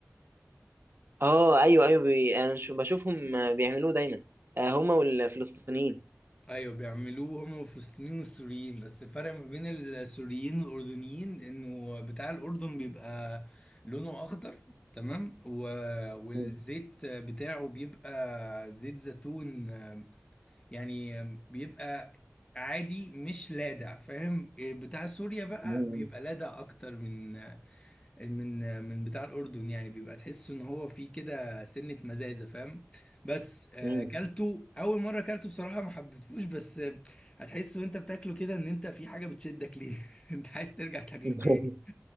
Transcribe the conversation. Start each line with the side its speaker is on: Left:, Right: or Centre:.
Right: أه أيوه أيوه بي... أنا شو- بشوفهم آه، بيعملوه دايما آه، هما والفلسطينيين
Left: ايوه بيعملوه هما الفلسطينيين والسوريين بس الفرق ما بين السوريين والاردنيين انه بتاع الاردن بيبقى لونه اخضر تمام و... والزيت
Right: مم.
Left: بتاعه بيبقى زيت زيتون آه، يعني بيبقى عادي مش لادع فاهم بتاع سوريا بقى
Right: مم.
Left: بيبقى لادع اكتر من من من بتاع الاردن يعني بيبقى تحس ان هو فيه كده سنة مزازة فاهم بس آه،
Right: مم.
Left: كلته اول مرة كلته بصراحة ما حبيتهوش بس آه، هتحس وانت بتاكله كده ان انت في حاجة بتشدك ليه <laughs> انت عايز ترجع تاكله
Right: <laughs>
Left: تاني